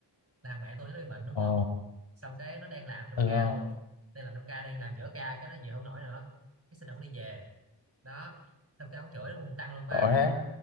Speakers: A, on the right; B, on the left.
A: làm bạn tôi nó bị bệnh đúng
B: ồ
A: không xong cái nó đang làm trong
B: ừ
A: ca
B: không
A: luôn đang làm trong ca đang làm giữa ca cái nó chịu không nổi nữa cái xin ổng đi về đó xong cái ổng chửi luôn tăng luôn ba
B: Tội thế.